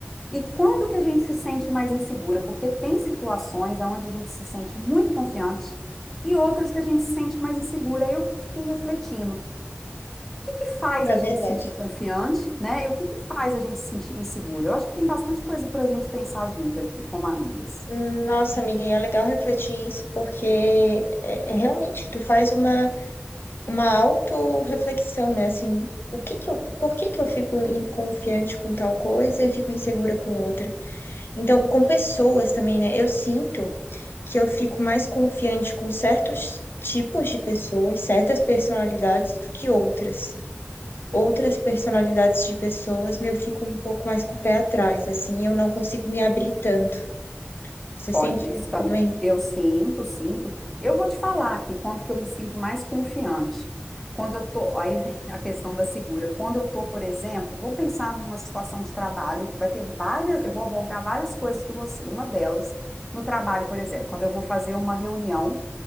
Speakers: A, in the centre; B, on the left.
A: E quando que a gente se sente mais insegura? Porque tem situações onde a gente se sente muito confiante e outras que a gente se sente mais insegura. Eu fiquei refletindo, o que que faz
B: É
A: a
B: verdade.
A: gente se sentir confiante, né? E o que que faz a gente se sentir insegura? Eu acho que tem bastante coisa para a gente pensar junto aqui, como amigas.
B: Hum, Nossa, amiga, e é legal refletir isso, porque é, é realmente tu faz uma, uma autorreflexão, né? Assim, o que que eu, por que que eu fico in- confiante com tal coisa e fico insegura com outra? Então, com pessoas também, né? Eu sinto que eu fico mais confiante com certos tipos de pessoas, certas personalidades do que outras. outras personalidades de pessoas, meu, eu fico um pouco mais com o pé atrás, assim, eu não consigo me abrir tanto. Você sente
A: Pode, isso
B: isso
A: tam-
B: também?
A: eu sinto, sinto. Eu vou te falar aqui quando que eu me sinto mais confiante. Quando eu tô, aí vem a questão da segura. Quando eu tô, por exemplo, vou pensar numa situação de trabalho, vai ter várias, eu vou abordar várias coisas com você. Uma delas, no trabalho, por exemplo, quando eu vou fazer uma reunião,